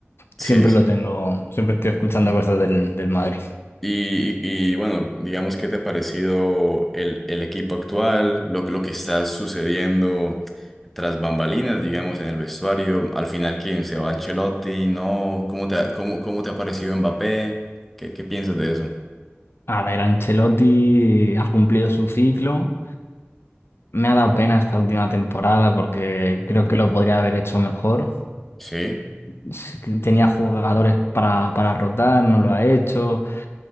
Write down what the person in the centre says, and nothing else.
sí.
sí.
Y, y- y, bueno, digamos, ¿qué te ha parecido el, el equipo actual, lo, lo que está sucediendo tras bambalinas, digamos, en el vestuario? Al final, ¿quién se va? Ancelotti, ¿no? ¿Cómo te ha, cómo, cómo te ha parecido Mbappé? ¿Qué, qué piensas de eso?
Sí.